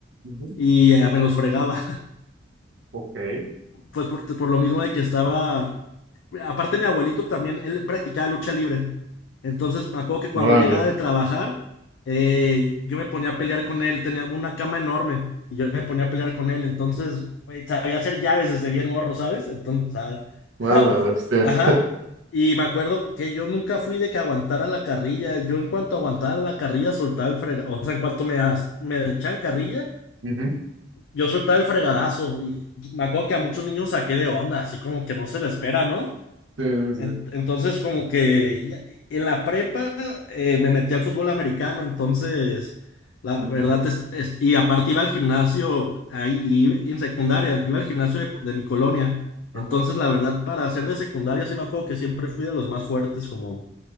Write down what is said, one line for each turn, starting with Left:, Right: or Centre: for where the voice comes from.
Right: ujú.
Left: y eh, me los fregaba.
Right: Ok.
Left: Pues por, por lo mismo de que estaba. Aparte, mi abuelito también, él practicaba lucha libre. Entonces, me acuerdo que cuando
Right: Órale,
Left: él llegaba de trabajar, eh, yo me ponía a pelear con él. Tenía una cama enorme y yo me ponía a pelear con él. Entonces, güey, sabía hacer llaves desde bien morro, ¿sabes? Entonces, ¿sabes?
Right: órale,
Left: <laughs>
Right: bestia.
Left: Ajá. Y me acuerdo que yo nunca fui de que aguantara la carrilla. Yo, en cuanto aguantaba la carrilla, soltaba el frega. O sea, en cuanto me, as- me echan carrilla.
Right: Ujú.
Left: Yo soltaba el fregadazo y me acuerdo que a muchos niños saqué de onda, así como que no se le espera, ¿no?
Right: Sí, sí,
Left: En- Entonces, como que ya- en la prepa eh, me metí al fútbol americano, entonces, la
Right: sí.
Left: verdad,
Right: Yes.
Left: es- es- y aparte iba al gimnasio, ahí y, y en secundaria, iba al gimnasio de, de mi colonia.
Right: Ajá.
Left: Entonces, la verdad, para ser de secundaria, sí me acuerdo que siempre fui de los más fuertes, como,